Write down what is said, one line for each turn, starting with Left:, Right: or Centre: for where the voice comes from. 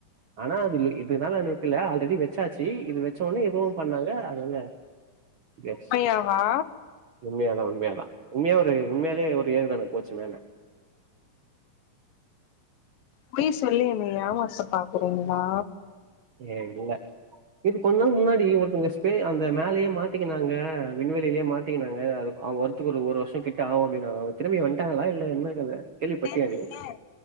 Right: ஆனா அது இதுனாலன் வக்கில ஆல்ரெடி வச்சாச்சி இது வச்சோன இதுவும் பண்ணாங்க அதுனால எஸ்
Left: உண்மையாவா
Right: உண்மாயாதா உண்மாயாதா உண்மயா ஒரு உண்மயாலே ஒர் ஏவுகண போச்சு மேல
Left: பொய் சொல்லி என்ன ஏமாத்த பாக்குறீங்ளா
Right: ஏ இல்ல இது கொஞ் நாள் முன்னாடி ஒருத்தங்க ஸ்பே அந்த மேலயே மாட்டிக்கினாங்க விண்வெளிலே மாட்டிக்கினாங்க அது அவுங்க வருத்துக்கு ஒரு வருஷொ கிட்ட ஆவு அப்டினாங்க அவுங்க திரும்பி வந்ட்டாங்ளா இல்ல என்ன கத கேள்விப்பட்டியா
Left: தெரிலியெ
Right: நீ